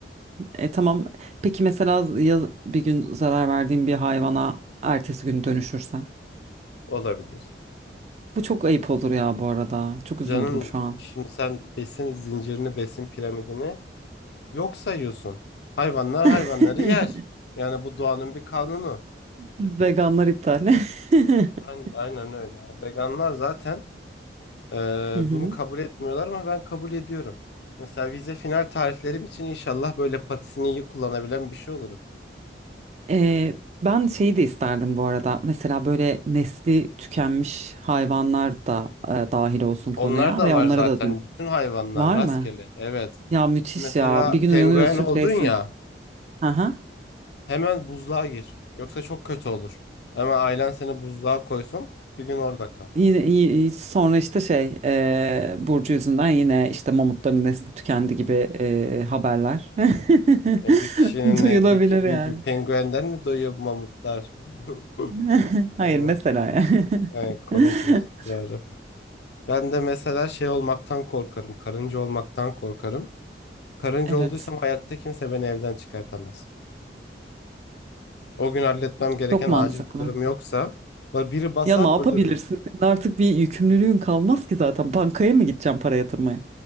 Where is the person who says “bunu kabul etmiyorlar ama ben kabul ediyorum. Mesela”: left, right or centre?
Left